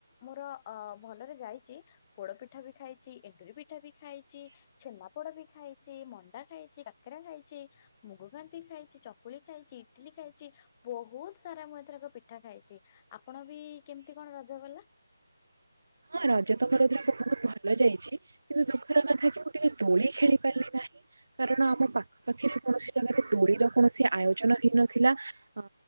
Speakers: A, on the left (about 20°); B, on the right (about 65°).
A: ମୋର ଅ ଭଲରେ ଯାଇଛି। ପୋଡ଼ ପିଠା ବି ଖାଇଛି ଏଣ୍ଡୁରି ପିଠା ବି ଖାଇଛି ଛେନା ପୋଡ଼ ବି ଖାଇ ଛି ମଣ୍ଡା ଖାଇଛି କାକାରା ଖାଇଛି ମୁଗକାନ୍ତି ଖାଇଛି ଚକୁଳି ଖାଇଛି ଇଟିଲି ଖାଇ ଛି ବହୁତ ସାରା ମୁଁ ଏଥରକ ପିଠା ଖାଇଛି ଆପଣ ବି କେମିତି କଣ ରଜ ଗଲା?
B: ହଁ ରଜ <unintelligible> ବହୁତ ଭଲ ଯାଇଛି। କିନ୍ତୁ ଦୁଃଖର କଥା କି ମୁଁ ଟିକେ ଦୋଳି ଖେଳି ପାରିଲି ନାହିଁ। କାରଣ ଆମ ପାଖା ପାଖିରେ କୌଣସି ଜାଗାରେ ଦୋଳିର କୌଣସି ଆୟୋଜନ ହେଇନଥିଲା। ଅ